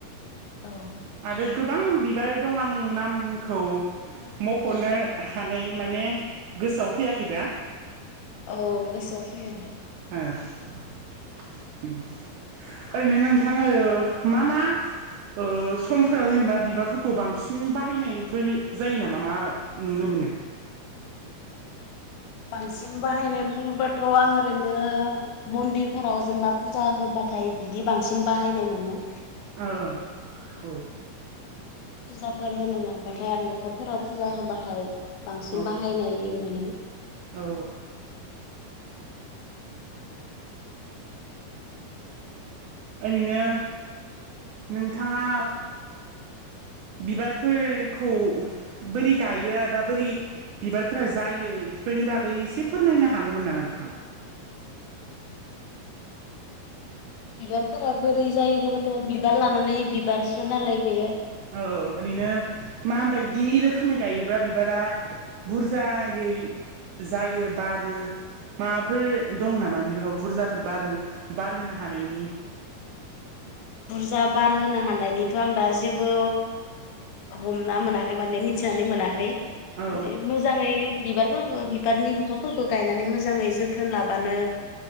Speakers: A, on the left (about 75°); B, on the right (about 85°).
A: औ
B: आरो गोबां बिबार दं आं नामखौ। मख'नो हानाय माने गोसोआव फैयाखै दा।
A: औ गोसोआव फैयो
B: एम ओरैनो नोंथाङो मा मा। ओ समफोराव जेनेबा बिबारफोरखौ बांसिन बाहायनायफोर जायो नामा मा नुनो मोनो? नो
A: बांसिन बाहायनाय बुङोबाथ' आं ओरैनो मन्दिरफोराव जेनेबा फुजा होबा। नाथाय बिदि बांसिन बाहायनाय मोनो
B: ओ ओ औ
A: फुजाफोर होनो लांबाथाय आरो न'खरफोराव फुजा होबाथाय बांसिन
B: औ
A: बाहायनाय मोनो।
B: औ ओरैनो नोंथाङा बिबारफोरखौ बोरै गायो एबा बोरै। बिबारफोरा जायो बेफोरनि बागै एसे फोरमायनो हागौमोन नामा बिथां
A: बिबारफोरा बोरै जायो नबाथ' बिबार लानानै बिबारसो नालाय बेयो
B: औ ओरैनो माबायदि रोखोमै गायोब्ला बिबारा बुरजायै जायो बारो माबाफोर दं नामा बेफोराव बुरजाफोर बारनो बारहोनो हानायनि <inaudible>
A: बुरजा बार होनो हानायनिथ' आं दा जेबो। हमना मोनाखै माने मिथिनानै मोनाखै
B: औ
A: माने मोजाङै बिबारफोरखौ बिबारनि बिफांफोरखौ गायनानै मोजाङै जोथोन लाबानो।